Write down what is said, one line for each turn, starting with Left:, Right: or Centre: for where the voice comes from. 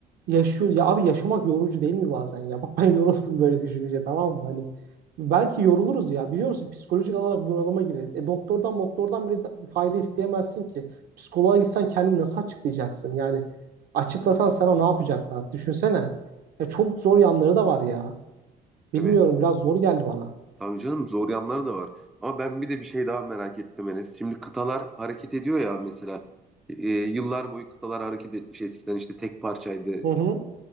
Right: yaşıyor. Ya abi yaşamak yorucu değil mi bazen ya? <laughs> Bak ben yoruldum böyle düşününce tamam mı? Hani belki yoruluruz ya biliyor musun? Psikolojik olarak bunalıma gireriz. E doktordan doktordan bile da- fayda isteyemezsin ki. Psikoloğa gitsen kendini nasıl açıklayacaksın? Yani açıklasan sana ne yapacaklar? Düşünsene. Ya çok zor yanları da var ya. Bilmiyorum
Centre: Evet.
Right: biraz zor geldi bana.
Centre: Tabii canım zor yanları da var. Ama ben bir de bir şey daha merak ettim Enes. Şimdi kıtalar hareket ediyor ya mesela. Ee, yıllar boyu kıtalar hareket etmiş. Eskiden işte tek parçaydı.
Right: Hı hı.